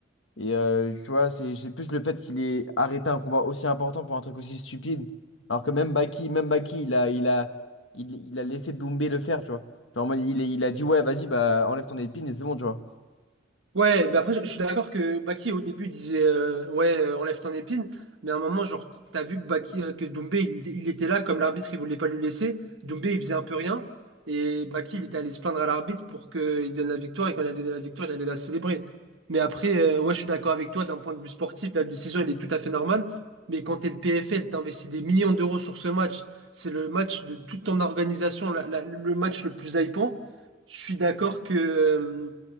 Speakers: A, on the left; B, on the right.
A: Et euh, tu vois, c'est c'est plus le fait qu'il ait arrêté un combat aussi important pour un truc aussi stupide. Alors que même Baki, même Baki, il a, il a, il, il a laissé Doumbé le faire, tu vois. Genre, en mode, il, a- il a dit, ouais, vas-y, bah, enlève ton épine et c'est bon, tu vois.
B: Ouais, bah après, je je suis d'accord que Baki, au début, disait euh, Ouais, euh, enlève ton épine. Mais à un moment, genre, t'as vu que Baki, euh, que Doumbé, il, il était là, comme l'arbitre, il voulait pas lui laisser. Doumbé, il faisait un peu rien. Et Baki, il était allé se plaindre à l'arbitre pour qu'il donne la victoire. Et quand il a donné la victoire, il allait la célébrer. Mais après, euh, ouais, je suis d'accord avec toi, d'un point de vue sportif, la décision, elle est tout à fait normale. Mais quand t'es le PFL, t'investis des millions d'euros sur ce match. C'est le match de toute ton organisation, la- la- le match le plus hypant. Je suis d'accord que. euh,